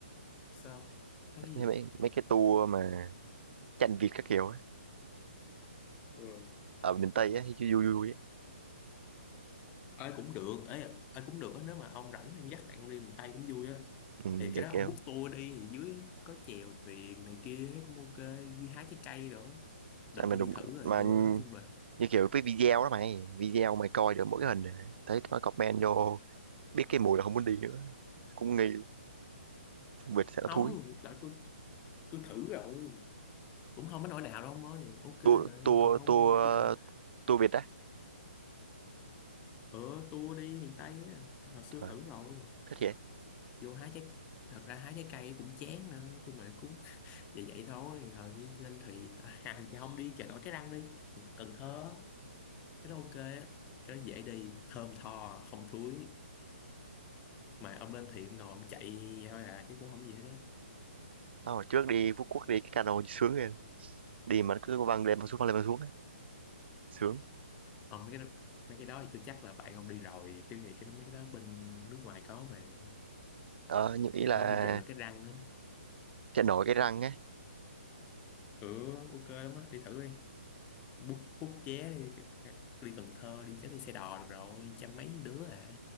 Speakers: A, on the left; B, on the right.
A: sao hay cái gì
B: mấy, mấy, mấy cái tour mà tranh Việt các kiểu á
A: ừ.
B: ở miền Tây á thì vui vui vui á
A: ai cũng được ấy ai cũng được á nếu mà ông rảnh em dắt bạn ông đi miền Tây cũng vui á
B: ừ,
A: thì
B: để
A: cái đó
B: kêu
A: ông book tour đi thì dưới có chèo thuyền này kia thấy cũng ok đi hái trái cây rồi á. đợt
B: à, mà
A: tôi
B: đúng
A: đi thử rồi
B: mà
A: vô nói chung là
B: như kiểu cái video đó mày video mày coi được mỗi cái hình này. thấy nó comment vô biết cái mùi là không muốn đi nữa cũng nghi Việt sẽ là
A: không
B: thúi
A: đợt tôi tôi thử rồi cũng không có nỗi nào đâu ông ơi ok
B: tour
A: mà
B: tour
A: còn không
B: tour
A: đi cần
B: tour Việt đó
A: ờ tour đi miền Tây á hồi xưa
B: trời
A: thử rồi
B: thích vậy
A: vô hái trái thật ra hái trái cây cũng chán nữa chứ mà cũng vậy vậy thôi rồi đi lên thuyền à, <laughs> à, chứ không đi chợ nổi Cái Răng đi Cần Thơ cái đó ok á. cái đó dễ đi thơm tho không thúi mà ông lên thuyền ông ngồi ông chạy vậy thôi à chứ cũng không gì hết á
B: Ờ, trước đi Phú Quốc đi cái cano sướng rồi đi mà nó cứ văng lên văng xuống văng lên văng xuống á. sướng
A: ông mấy cái đó mấy cái đó thì tôi chắc là bạn ông đi rồi cái gì cái đó- mấy cái đó bên nước ngoài có mà
B: đó nhưng ý là
A: có đi chợ nổi Cái Răng á
B: chạy nổi cái răng á
A: ừ ok lắm á đi thử đi bút bút vé đi đi Cần Thơ đi chắc đi xe đò được rồi trăm mấy đứa à